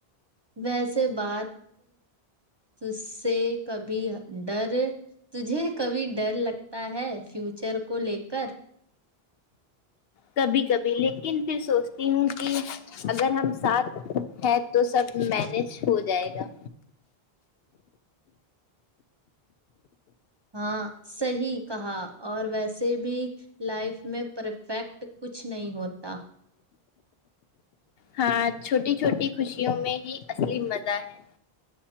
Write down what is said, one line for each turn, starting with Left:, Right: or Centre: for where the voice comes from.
Right: ویسے بات چس سے کبھی ڈر تجھے کبھی ڈر لگتا ہے فیوچر کو لے کر
Left: کبھی کبھی لیکن پھر سوچتی ہوں کہ اگر ہم ساتھ ہیں تو سب مینج ہو جائے گا
Right: ہاں صیح کہا اور ویسے بھی لائف میں پرفیکٹ کچھ نہیں ہوتا
Left: ہاں چھوٹی چھوٹی خوشیوں میں ہی اصلی مزہ ہے